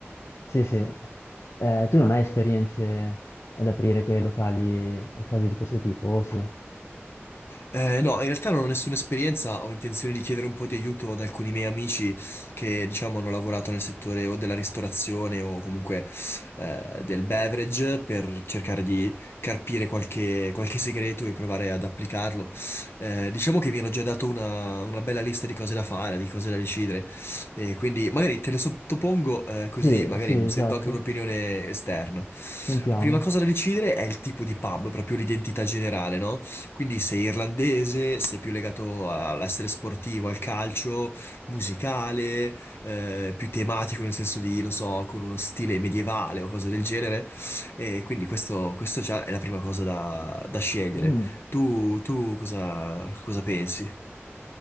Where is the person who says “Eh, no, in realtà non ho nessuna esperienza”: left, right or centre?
Left